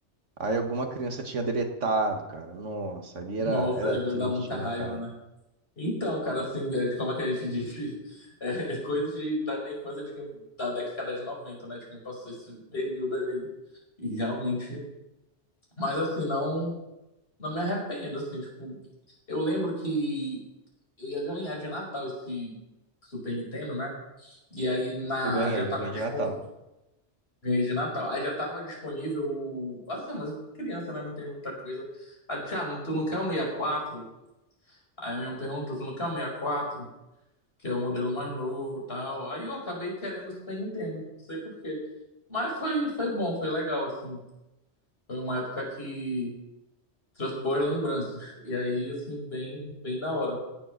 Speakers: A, on the right; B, on the left.
A: aí alguma criança tinha deletado, cara. Nossa, ali
B: Nossa,
A: era, era
B: é,
A: triste,
B: dá muita
A: hein,
B: raiva,
A: cara.
B: né? Então, cara, assim, é de como é que a gente diz? <laughs> É, é coisas de- da infância de quem, da década de noventa né? De quem passou esse período aí. E realmente. Mas, assim, não, não me arrependo, assim, tipo. Eu lembro que eu ia ganhar de Natal esse Super Nintendo, né? E aí na,
A: Eu ganhei,
B: já tava
A: eu ganhei
B: disponível.
A: de Natal.
B: Ganhei de Natal. Aí já tava disponível. o- Assim, mas criança, né? Não tem muita coisa. Ah, Tiago, tu não quer um sessenta e quatro Aí a minha pergunta, se não quer o 64, que é o modelo mais novo e tal. Aí eu acabei querendo o Super Nintendo, não sei por quê. Mas foi, foi bom, foi legal, assim. Foi uma época que trouxe boas lembranças. E aí, assim, bem, bem da hora.